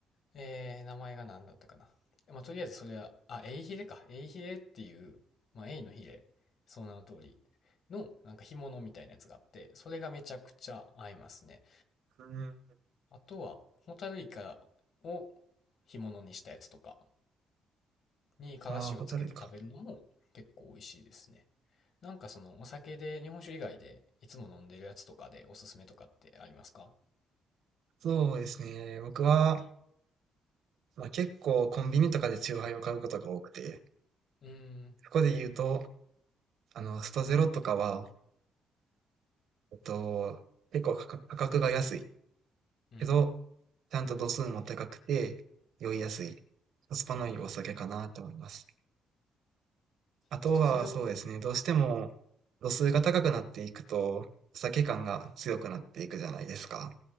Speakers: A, on the left; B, on the right.
A: えー、名前が何だったかな。まあ、とりあえずそれは、あ、エイヒレか。エイヒレっていう、まあ、エイのヒレ、その名の通りの、なんか干物みたいなやつがあって、それがめちゃくちゃ合いますね。
B: うん。
A: あとは、ホタルイカを干物にしたやつとかにからしをつけて食べるのも結構美味しいですね。
B: ああ、ホタルイカ。
A: なんかそのお酒で日本酒以外でいつも飲んでるやつとかでおすすめとかってありますか
B: そうですね。僕は、まあ、結構コンビニとかでチューハイを買うことが多くて、
A: うーん、
B: そこで言うと、あの、ストゼロとかは、えっと、結構価格価格が安い
A: うん、
B: けど、ちゃんと度数も高くて、酔いやすい、コスパのいいお酒かなと思います。
A: うん。
B: あとは、
A: ストゼロ、
B: そうですね、どうしても度数が高くなっていくと、お酒感が強くなっていくじゃないですか。